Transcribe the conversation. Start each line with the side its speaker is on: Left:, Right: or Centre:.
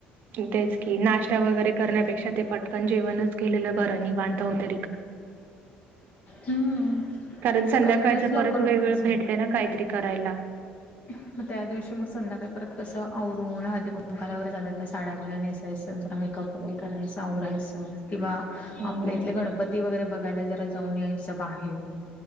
Right: तेच की, नाश्ता वगैरे करण्यापेक्षा ते पटकन जेवणच केलेलं बरं निवांत होतय.
Left: हम्म,
Right: कारण
Left: सकाळी
Right: संध्याकाळच्या
Left: एकदाच लवकर
Right: परत वेगवेगळ
Left: उठवायचं.
Right: भेटतय ना काहीतरी करायला.
Left: <inaudible> मग, त्या दिवशी मग संध्याकाळी परत कसं आवरून हळदी- कुंकूवाला वगैरे जातात. तर साड्या- बिड्या नेसायचं जरा मेकअप सगळीकड करायचं आवरायचं. किंवा
Right: हं.
Left: आपल्या इथले गणपती वगैरे बघायला जरा जाऊन यायच बाहेर.